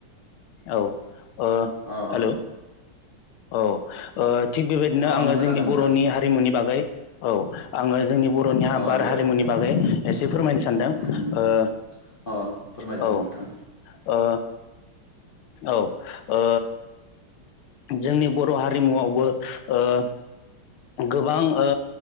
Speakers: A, on the left; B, on the left.
A: औ ओ
B: अ
A: हेलौ औ ओ थिग बेबायदिनो
B: अ
A: आंङो
B: आं खोनादों
A: जोंनि
B: नोंथां
A: बर'नि हारिमुनि बागै औ आंङो जोंनि बर'नि
B: अ
A: बार
B: दे
A: हारिमुनि बागै बागै एसे फोरमायनो सानदों
B: उम
A: ओ
B: उम अ फोरमाय
A: औ
B: जागोन नोंथां
A: ओ औ ओ जोंनि बर' हारिमुआवबो ओ गोबां ओ